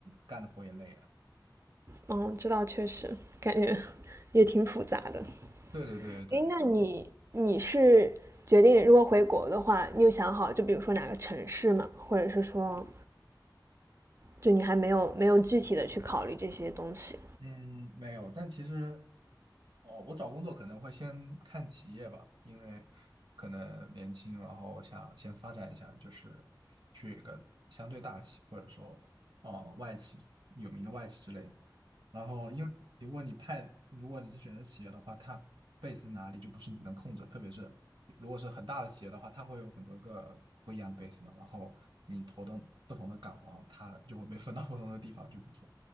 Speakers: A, on the right; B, on the right.
A: 干的活也累啊。
B: 嗯，知道，确实感觉也挺复杂的。
A: 对对对对
B: 诶，那你你是决定如果回国的话，你有想好就比如说哪个城市吗？或者是说，就你还没有没有具体的去考虑这些东西？
A: 嗯，没有，但其实，哦，我找工作可能会先看企业吧，因为可能年轻，然后想先发展一下，就是去一个相对大企，或者说哦外企有名的外企之类的然后，因为如果你派，如果你是选择企业的话，它 base 哪里就不是你能控制的特别是如果是很大的企业的话，它会有很多个不一样的 base 嘛，然后你投的不同的岗，然后它就会被分到不同的地方，就比如说。